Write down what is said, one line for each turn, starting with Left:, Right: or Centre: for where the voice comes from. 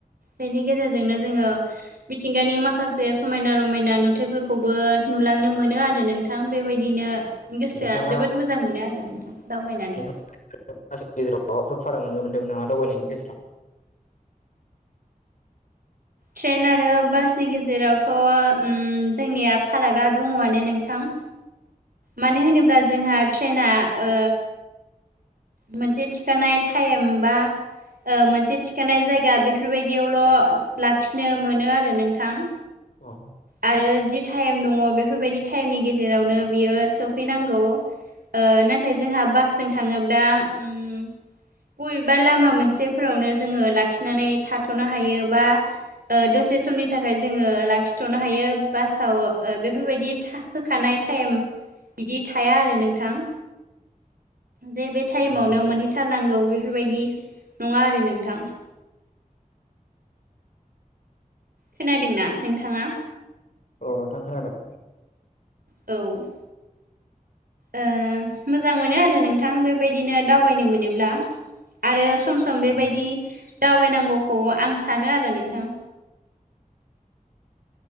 Right: बेनि गेजेरजोंनो जोङो मिथिंगानि माखासे समायना रमायना नुथायफोरखौ खौबो नुलांनो मोनो आरो नोंथां बेबायदिनो गोसोआ
Left: नोंथाङा
Right: जोबोद मोजां मोनो आरोना दावबायनानै।
Left: गेजेराव माबाफोर फाराग नुनो मोन्दों नामा दावबायनायनि गेजेराव?
Right: ट्रेन आरो बासनि गेजेरावथ'ओ जोंनिया फारागा दङआनो नोंथां। मानो होनोब्ला जोंहा ट्रेना ओ मोनसे थिखानाय टाइम बा ओ मोनसे थिखानाय जायगा बेफोरबायदियावल' लाखिनो मोनो आरो नोंथां
Left: औ
Right: आरो जि टाइम दङ बेफोरबायदि टाइमनि गेजेरावनो बियो सहैनांगौ ओ नाथाय जोंहा बासजों थाङोब्ला उम बबेबा लामा मोनसेफोरावनो जोङो लाखिनानै थाथ'नो हायो बा ओ दसे समनि थाखाय जोङो लाखि थ'नो हायो बासाव बेफोरबायदि होखानाय टाइम बिदि थाया आरो नोंथां जे बे टाइमावनो
Left: औ नोंथां
Right: मोनहैथारनांगौ बेफोरबायाददि नङा आरो नोंथां। खोनादोंना नोंथाङा?
Left: औ नोंथां खोनादों
Right: औ ओ मोजां मोनो आरो नोंथां बेबायदिनो दावबायनो मोनोब्ला आरो सम सम बेबायदि
Left: औ
Right: दावबायनांगौखौ आं सानो आरो नोंथां।